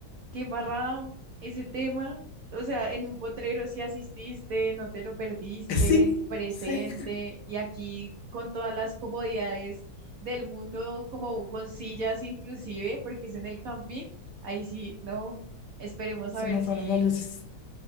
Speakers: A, on the right (about 80°); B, on the left (about 65°).
A: qué embarrada ese tema. O sea, en un potrero sí asististe, no te lo perdiste,
B: Sí,
A: presente,
B: sí,
A: y aquí con todas las comodidades del mundo, como con sillas inclusive, porque es en el camping, ahí sí, no, esperemos
B: se
A: a ver
B: me fueron
A: si,
B: las luces.